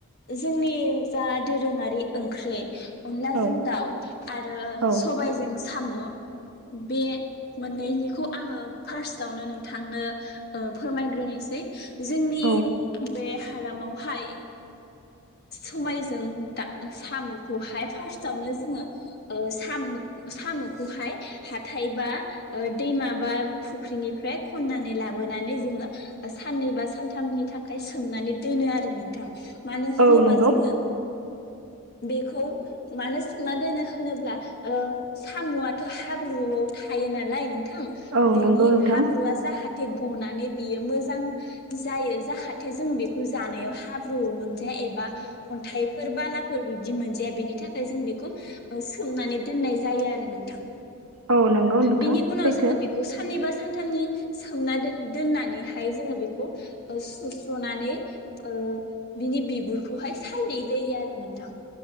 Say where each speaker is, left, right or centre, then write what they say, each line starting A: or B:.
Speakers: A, on the left; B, on the right.
A: जोंनि जा दोरोङारि ओंख्रि अनलाजों
B: औ
A: दाउ आरो
B: औ
A: सबायजों साम' बे माननैनि खौ आङो फार्स्टआवनो नोंथांनो ओ फोरमायग्रोनोसै जोंनि
B: औ
A: बे हालामावहाय सबायजों दा सामुखौहाय फास्तावनो जोङो ओ सामु सामुखौहाय हाथाय बा ओ दैमा बा फख्रिनिफ्राय खननानै लाबोनानै जोङो साननै बा सान थाम-थामनि थाखाय सोमनानै दोनो आरो नोंथां‌। मानो होनोबा
B: औ नंगौ
A: जोङो बेखौ मानो सोमना दोनो होनोब्ला ओ साम'आथ' हाब्रुआव थायो नालाय नों थां
B: औ
A: बेनि
B: नंगौ नोंथां
A: हाब्रुआ जाहा थे गनानै बियो मोजां जायो जाहाथे जों बेखौ जानायाव हाब्रु मोनजाया एबा अन्थाइफोर बालाफोर बिबदि मोनजाया बेनि थाखाय जों बेखौ ओ सोमनानै दोननाय जायो आरो नोंथां।
B: औ नंगौ नोंथां
A: बिनि उनाव
B: सैथो
A: जोङो बेखौ साननैबा सानथामनि सोमना दोननानैहाय जोङो बेखौ ओ सुस्र'नानै ओ बिनि बिगुरखौहाय सायनाय जायो आरो नोंथां।